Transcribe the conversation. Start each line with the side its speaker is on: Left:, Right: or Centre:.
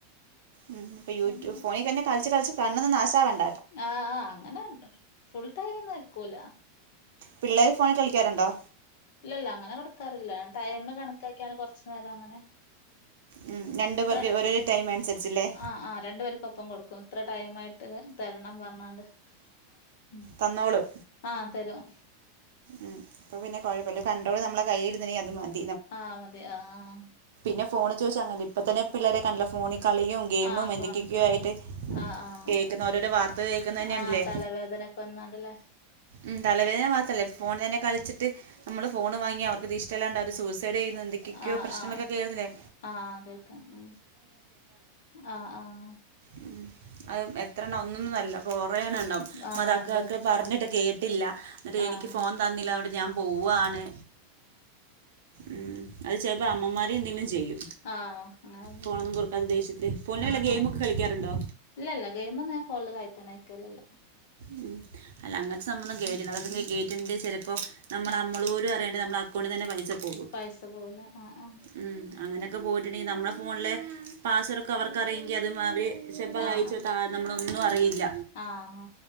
Right: ഉം ഇപ്പൊ
Left: എല്ലാം
Right: യൂട്യൂബ് ഫോണിതന്നെ കളിച്ച് കളിച്ച് കണ്ണൊന്നും നാശാവേണ്
Left: ആ ആ അങ്ങനെ ഫുൾ ടൈമൊന്നും ആരിക്കൂല
Right: പിള്ളേര് ഫോണില് കളിക്കാറുണ്ടോ
Left: ഇല്ലല്ല അങ്ങനെ കൊടുക്കാറില്ല ഞാൻ ടൈം കണക്കാക്കിയാണ് കൊറച്ച്നേരം അങ്ങനെ
Right: ഉം രണ്ടു
Left: ഇത്ര
Right: പേർക്ക് ഓരോരു ടൈമനുസരിച്ച് ല്ലേ
Left: ആഹ് ആഹ് രണ്ടു പേർക്കൊപ്പം കൊടുക്കും ഇത്ര ടൈം ആയിട്ട് തരണം പറഞ്ഞാണ്ട് ഉം
Right: തന്നോളും
Left: ആ തരും
Right: ഉം അപ്പ പിന്നെ കൊഴപ്പില്ല കണ്ട്രോള് നമ്മള കൈലീരുന്നിനി അതുമതി
Left: ആ മതെ ആ ആ
Right: പിന്നെ ഫോണ് ചോദിച്ചാ അങ്ങലിപ്പ തന്നെ പിള്ളേരെ കൺല് ഫോണിൽ കളിയും ഗെയിമും
Left: ആഹ്
Right: എന്തക്കെക്കെയോ
Left: ഫോൺ കളിയാ
Right: ആയിട്ട്
Left: ആഹ് ആഹ്
Right: കേൾക്കുന്ന ഓരോരോ വാർത്തകൾ കേൾക്കുന്നത് തന്നെയാണില്ലേ
Left: ആഹ് തലവേദനക്ക വന്നാണ്ടില്ലേ
Right: ഉം തലവേദന മാത്രല്ലേ ഫോണിനെ കളിച്ചിട്ട് നമ്മള് ഫോൺ വാങ്ങി അവർക്ക് ഇത് ഇഷ്ടല്ലാണ്ടാവത് സൂസ് ത്തെടെയ്യുന്നു എന്തൊക്കെക്കെയോ
Left: ആഹ്
Right: പ്രശ്നങ്ങളൊക്കെ
Left: ആഹ്
Right: കേതുനില്ലേ
Left: ആഹ് ആ കേൾക്കാം ഉം ആഹ് ആഹ്
Right: ഉം അത് എത്രണ്ണം ഒന്നൊന്നും അല്ല കൊറെ എണ്ണം ഇണ്ടാവും
Left: ആഹ്
Right: മാതാകാക്കൾ
Left: ഉണ്ട്
Right: പറഞ്ഞിട്ട് കേട്ടില്ല എന്നിട്ട്
Left: ആഹ്
Right: എനിക്ക് ഫോൺ തന്നില്ല അതോണ്ട് ഞാൻ പോവ്വാണ് ഉം അത് ചെല്പ്പോൾ അമ്മമാര് എന്തെങ്കിലും ചെയ്യും
Left: ആഹ് അങ്ങന നമ്മള്
Right: ഫോണൊന്നും
Left: ചെയ്യും
Right: കൊടുക്കാതെ ദേഷ്യത്തിൽ ഫോണിൽ വല്ല
Left: ആഹ്
Right: ഗെയിമൊക്കെ
Left: ആഹ്
Right: കളിക്കാറുണ്ടോ
Left: ഇല്ല ഇല്ല ഗെയിമൊന്നു ങേ ഫോൺല് കഴിക്കനേക്കൽല്ല
Right: ഉം. അല്ല അങ്ങനത്തെ സംബന്ധം കേറ്റിണ്ട് അതൊക്കെ ഗേറ്റുണ്ട് ചിലപ്പോൾ നമ്മൾ
Left: ആഹ്
Right: നമ്മള് പോലും അറിയാണ്ട് നമ്മളാ അക്കൗണ്ടിൽത്തന്നെ പൈസ പോകും
Left: പൈസ പോവുന്ന മാ ആ
Right: ഉം. അങ്ങനെയൊക്കെ പോയിട്ടുണ്ടെങ്കിൽ നമ്മള ഫോണില് പാസ്സ്‌വേർഡൊക്കെ അവർക്കറിയെങ്കി അത് മാ വീ ചെപ്പത്
Left: ആഹ്
Right: അഴിച്ചോടത്താ
Left: ആഹ്
Right: നമ്മളൊന്നും അറിയില്ല
Left: ആഹ്